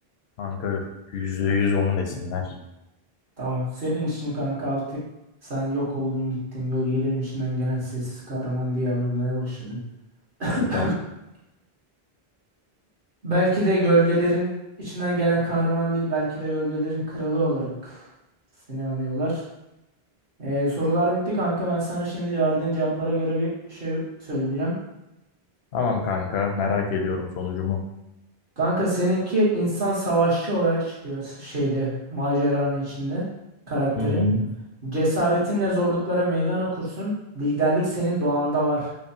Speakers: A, on the left; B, on the right.
A: Kanka yüzde yüz onu desinler.
B: Tamam. Senin için kanka artık sen yok oldun gittin. Gölgelerin içinden gelen sessiz kahraman diye anılmaya başladın.
A: Süper.
B: <coughs> <clears throat> Belki de gölgelerin içinden gelen kahraman değil. Belki de gölgelerin kralı olarak seni anıyorlar. Ee, sorular bitti kanka. Ben sana şimdi verdiğin cevaplara göre bir şey söyleyeceğim.
A: Tamam kanka. Merak ediyorum sonucumu.
B: Kanka seninki insan savaşçı olarak çıkıyor s- şeyde maceranın içinde karakterin.
A: Hı hı.
B: Cesaretinle zorluklara meydan okursun. Liderlik senin doğanda var